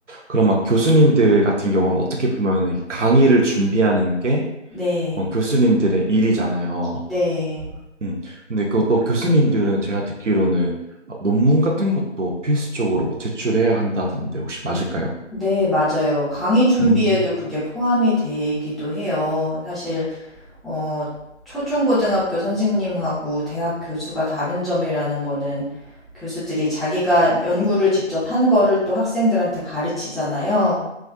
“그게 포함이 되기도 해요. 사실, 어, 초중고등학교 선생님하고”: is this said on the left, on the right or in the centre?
Centre